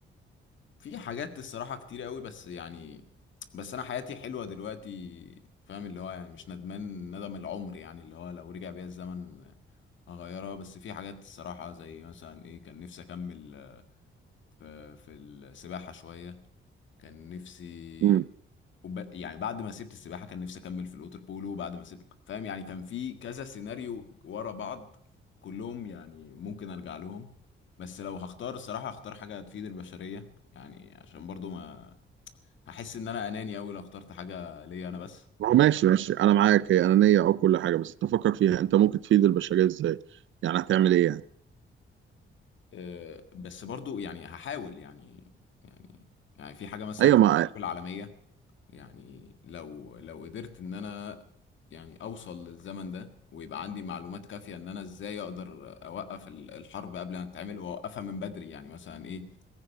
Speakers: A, on the left; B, on the right.
A: في حاجات الصراحه كتير قوي بس يعني بس انا حياتي حلوه دلوقتي فاهم اللي هو يعني مش ندمان ندم العمر يعني اللي هو لو رجع بيا الزمن اغيرها بس في حاجات الصراحه زي مثلا ايه كان نفسي اكمل في في السباحه شويه كان نفسي
B: امم
A: وب... يعني بعد ما سبت السباحه كان نفسي اكمل في الاوتر بولو وبعد ما سبت فاهم يعني كان في كذا سيناريو ورا بعض كلهم يعني ممكن ارجع لهم بس لو هختار الصراحه هختار حاجه تفيد البشريه يعني عشان برضو ما هحس ان انا اناني اوي لو اخترت حاجه ليا انا بس
B: هو ماشي ماشي انا معاك هي انانيه او كل حاجه بس تفكر فيها انت ممكن تفيد البشريه ازاي يعني هتعمل ايه يعني
A: أه بس برضو يعني هحاول يعني يعني يعني في حاجه مثلا
B: ايوه
A: زي
B: ما
A: الحرب العالميه يعني لو لو قدرت ان انا يعني اوصل للزمن ده ويبقى عندي معلومات كافية ان انا ازاي اقدر اوقف ال- الحرب قبل ما تتعمل واوقفها من بدري يعني مثلا ايه